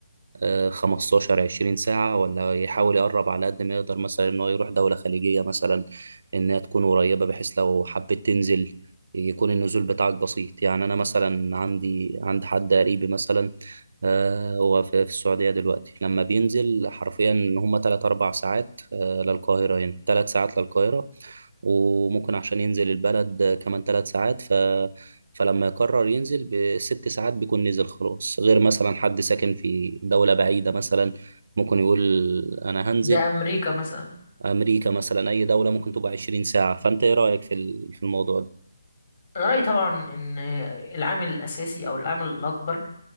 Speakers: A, on the right (about 60°); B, on the left (about 45°).
A: آه، 15 20 ساعة ولا يحاول يقرب على قد ما يقدر مثلا إن هو يروح دولة خليجية مثلا إنها تكون قريبة بحيث لو حبيت تنزل يكون النزول بتاعك بسيط يعني أنا مثلا عندي عند حد قريبي مثلا آه، هو في في السعودية دلوقتي لما بينزل حرفيا هما تلات أربع ساعات آه، للقاهرة هنا تلات ساعات للقاهرة وممكن عشان ينزل البلد آه، كمان تلات ساعات فلما يقرر ينزل بست ساعات بيكون نزل خلاص غير مثلا حد ساكن في دولة بعيدة مثلا ممكن يقول أنا هنزل
B: زي امريكا مثلا
A: أمريكا مثلا أي دولة ممكن تبقى 20 ساعة فأنت إيه رأيك في ال- في الموضوع ده؟
B: انا رايي طبعا ان العامل الاساسي او العامل الاكبر